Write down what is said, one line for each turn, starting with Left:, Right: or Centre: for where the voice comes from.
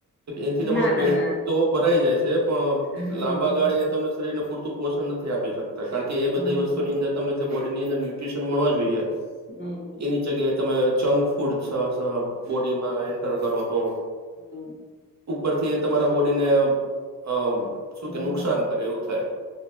Right: એથી તમારું
Left: ના ના
Right: પેટ
Left: ના
Right: તો થાઈ જાય છે પણ
Left: હમ
Right: લાંબા ગાળી એ તમને શરીરને પૂરતું પોષણ નથી આપી શક કારણ કે એ
Left: હમ
Right: બધી વસ્તુ ની અંદર તમને જે બોડીની અંડર ન્યુ્રીશન મળવા જોઈએ
Left: હમ્મ
Right: એની જગ્યાએ તમે જંક ફ ફૂડ સ સ બોડીમાં એઅ, કરો તો
Left: હમ.
Right: ઉપરથી તમારા બોડીને અમ. શું
Left: હમ
Right: કે નુકસાન કરે એવું થાય.